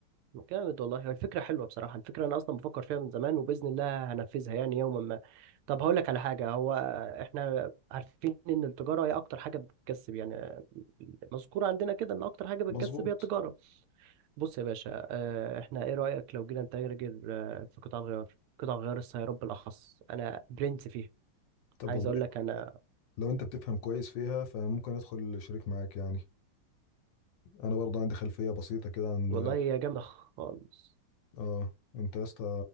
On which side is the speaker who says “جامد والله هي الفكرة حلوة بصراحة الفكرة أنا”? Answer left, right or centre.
Right